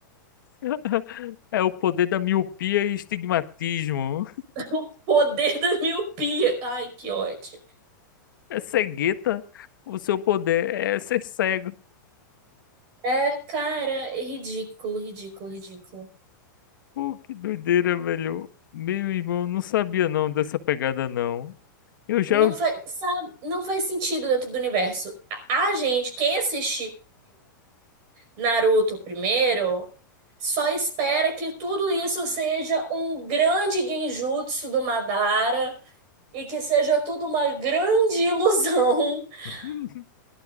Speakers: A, on the left; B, on the right.
A: <laughs> é o poder da miopia e estigmatismo.
B: O poder da miopia. Ai, que ódio.
A: É cegueta. O seu poder é ser cego.
B: É, cara, é ridículo, ridículo, ridículo.
A: Pô, que doideira, velho. Meu irmão, não sabia não dessa pegada, não. Eu já.
B: Não faz, sabe, não faz sentido dentro do universo. A, a gente, quem assistiu Naruto primeiro, só espera que tudo isso seja um grande genjutsu do Madara e que seja tudo uma grande ilusão. <laughs>
A: <laughs>